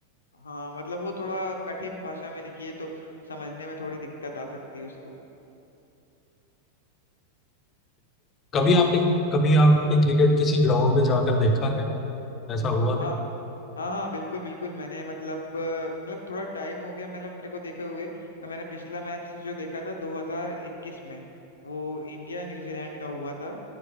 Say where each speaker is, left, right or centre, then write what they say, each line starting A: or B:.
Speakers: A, on the left (about 70°); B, on the left (about 25°).
A: हाँ मतलब वो थोड़ा कठिन भाषा में लिखी है तो समझने में थोड़ी दिक्कत आ सकती है उसको
B: कभी आपने कभी आपने क्रिकेट किसी ग्राउंड में जाकर देखा है ऐसा हुआ
A: हाँ
B: है
A: हाँ हाँ बिल्कुल बिल्कुल मैंने मतलब अ, मतलब थोड़ा टाइम हो गया मतलब मेरे को देखे हुए तो मैंने पिछला मैच जो देखा था 2021 में वो इंडिया न्यूजीलैंड का हुआ था